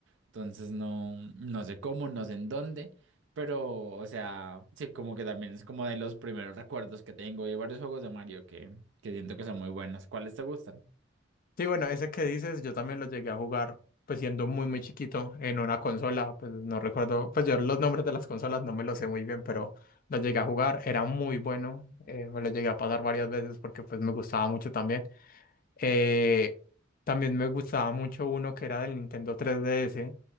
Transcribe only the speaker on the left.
Sí, bueno, ese que dices, yo también lo llegué a jugar, pues siendo muy, muy chiquito, en una consola, pues no recuerdo, pues yo los nombres de las consolas no me los sé muy bien, pero lo llegué a jugar, era muy bueno, eh, me lo llegué a pasar varias veces porque pues me gustaba mucho también. Eh, también me gustaba mucho uno que era del Nintendo 3DS,